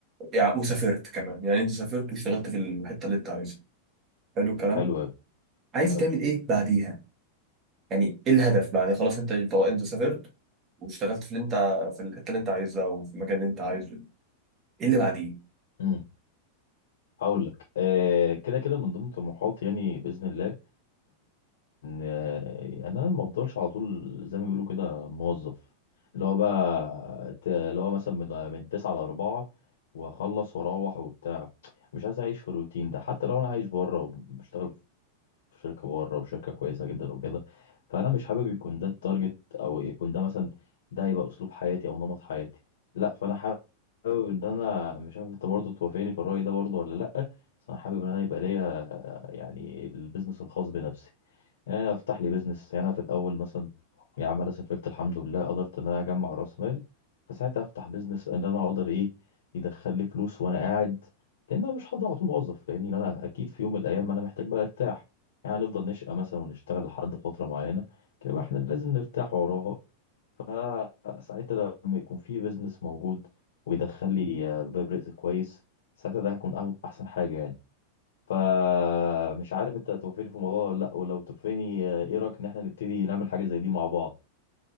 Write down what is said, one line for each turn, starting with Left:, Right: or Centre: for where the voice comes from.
Right: يعني وسافرت كمان يعني انت سافرت واشتغلت في الحتة اللي انت عايزها حلو الكلام
Left: حلو أوي،
Right: عايز
Left: حلو
Right: تعمل ايه بعديها يعني ايه الهدف بعد خلاص انت انت سافرت واشتغلت في اللي انت في الحتة اللي انت عايزها وفي المكان اللي انت عايزه ايه اللي بعديه
Left: امم هقول لك آه كده كده من ضمن طموحاتي يعني باذن الله ان آه، انا ما افضلش على طول زي ما بيقولوا كده موظف اللي هو بقى ت- اللي هو مثلا من من 9 ل 4 واخلص واروح وبتاع مش عايز اعيش في الروتين ده حتى لو انا عايش بره وبشتغل في شركه بره وشركه كويسه جدا وكده فانا مش حابب يكون ده التارجت او يكون ده مثلا ده هيبقى اسلوب حياتي او نمط حياتي لا فانا حابب ان انا مش عارف انت برضه توافقني في الراي ده برضه ولا لا بس انا حابب ان انا يبقى ليا يعني البيزنس الخاص بنفسي آه، افتح لي بيزنس يعني انا في الاول مثلا يا عم انا سافرت الحمد لله قدرت ان انا اجمع راس مال فساعتها افتح بيزنس ان انا اقدر ايه يدخل لي فلوس وانا قاعد لان انا مش هفضل على طول موظف فاهمني لأن انا اكيد في يوم من الايام انا محتاج بقى ارتاح يعني نفضل نشقى مثلا ونشتغل لحد فتره معينه كده احنا لازم نرتاح وراها فساعتها لما يكون في بيزنس موجود ويدخل لي آه، باب رزق كويس ساعتها ده هيكون أو- احسن حاجه يعني فمش عارف انت هتوافقني في الموضوع ولا لا ولو توافقني آه، ايه رايك ان احنا نبتدي نعمل حاجه زي دي مع بعض